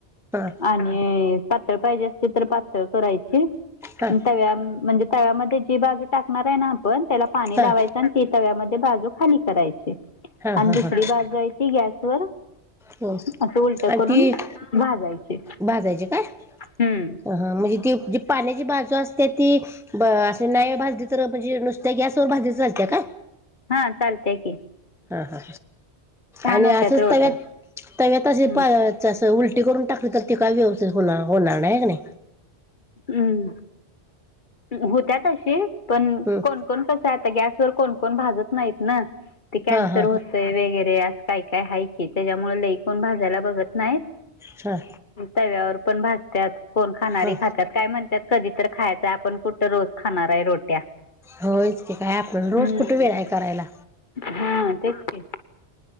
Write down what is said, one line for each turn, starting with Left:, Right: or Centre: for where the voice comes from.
Centre: हा
Left: आणि पळ पाहिजे अस तर पातळ करायची
Centre: हा
Left: तव्या म्हणजे तव्यामध्ये जी बाजू टाकणार आहे ना आपण त्याला पाणी
Centre: हा
Left: लावायच आणि ती तव्यामध्ये बाजू खाली करायची
Centre: हा
Left: आणि
Centre: हा
Left: दुसरी
Centre: हा
Left: बाजू य ती गॅसवरर
Centre: हो
Left: असं उलट
Centre: आणि
Left: करून
Centre: ती
Left: भाजयचे
Centre: भाजायची काय
Left: हम्म
Centre: ह म्हणजे ती जी पाण्याची बाजू असते ती अस नाही भाजली तर म्हणजे नुसत्या गसवर भाज ते्या काय
Left: हा चालतय की
Centre: हा हा
Left: छान
Centre: आणि
Left: होत्यात
Centre: असच
Left: रोट्या
Centre: तव्यात तव्यातशी
Left: हम्म
Centre: उलटी करून टाक क तर तिक हो होणार नाही हगने
Left: हम् होत्यात अशी पण
Centre: हम्म
Left: कोणकण कस आता गॅस कोणकण भाजत नाहीत ना ते कॅन्सर
Centre: हा हा
Left: होत वगैरे अस काय काय आहे त्याच्यामुळे लई कोण भाजायला बघत नाही
Centre: हा
Left: तव्यावर पण भाजतत कोण खाणारी
Centre: हा
Left: खातात काय म्हणतात कधी तर खायचंय आपण कुठं रोज खाणार आहे रोट्या
Centre: होयच की काय आपण रोज
Left: हम्म
Centre: कुठे वेलाय करायला
Left: हा तेच की